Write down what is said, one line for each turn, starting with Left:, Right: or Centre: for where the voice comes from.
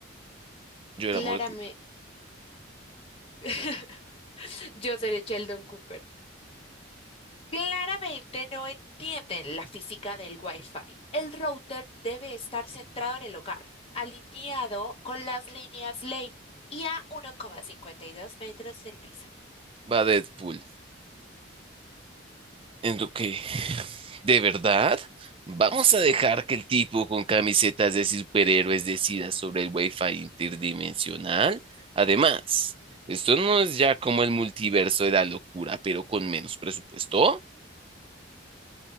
Right: Yo era
Left: Claramente,
Right: Morty.
Left: <laughs> Yo seré Sheldon Cooper. claramente no entienden la física del Wi-Fi.
Right: <laughs>
Left: El router debe estar centrado en el hogar, alineado con las líneas ley y a 1,52 metros del piso.
Right: Va Deadpool. En lo que, ¿de verdad? ¿Vamos a dejar que el tipo con camisetas de superhéroes decida sobre el Wi-Fi interdimensional? Además, esto no es ya como el multiverso de la locura, pero con menos presupuesto.